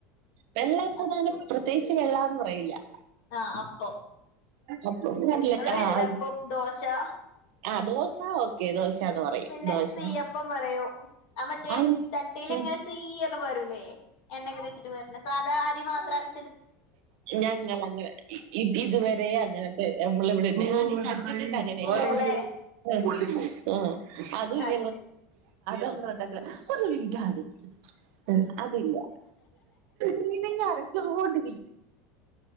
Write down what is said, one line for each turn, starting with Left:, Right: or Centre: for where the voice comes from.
Right: വെള്ളാപ്പുതാനും
Left: അത് ശരി
Right: <unintelligible> പ്രത്യേകിച്ച് വള്ളാന്ന് പറയൂല്ല-
Left: ആഹ് അപ്പൊ
Right: അപ്പം കടലക്ക
Left: ഞങ്ങള് വെള്ളേപ്പം
Right: ആ
Left: ദോശ-
Right: ആ ദോശ ഓക്കെ ദോശന്ന് പറയും
Left: പിന്നെ
Right: ദോശ
Left: സീയപ്പം പറയൂ അ മറ്റേ
Right: ആ
Left: ചട്ടീൽ
Right: ഉം
Left: ഇങ്ങനെ ചീ എന്ന് പാരൂലേ എണ്ണയൊക്കെ തേച്ചിട്ട് വര്ണെ സാധാ അരി മാത്രാണ്
Right: ഞങ്ങളങ്ങനെ ഇത് ഇതുവരെ അങ്ങനത്തെ നമ്മള് ഇവിടെ <inaudible> ഇങ്ങനെയൊക്കെ
Left: ഇല്ലല്ലേ
Right: കാലൊടിയും പൊള്ളി പോവും ആ അതും <unintelligible>
Left: അത് ശരി
Right: നമ്മള് ഉണ്ടാക്കല ഒന്നി മിണ്ടാതിരിക്ക് അതില്ല ഇങ്ങനിങ്ങ് അലച്ചോണ്ട്